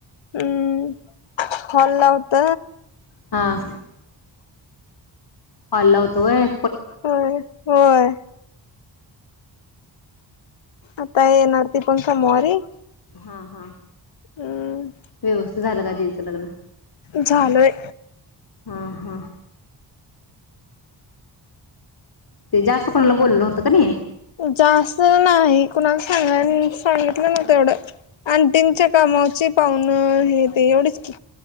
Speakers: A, on the left (about 75°); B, on the left (about 55°).
A: हम्म हॉल ला होत.
B: हां हॉल ला हुत व्हय
A: होय होय आता येणार ती पण समोवारी
B: हा हा
A: हम्म
B: व्यवस्थित झालं काय दिदीच लग्न
A: झालंय
B: हा हा ते जास्त कोणाला बोललं नव्हतं का नाही
A: जास्त नाही कुणाला सांगाय सांगितलं नव्हतं एवढं आणंटींच्या कामावरची पाहूनं नं हे ते एवढेच की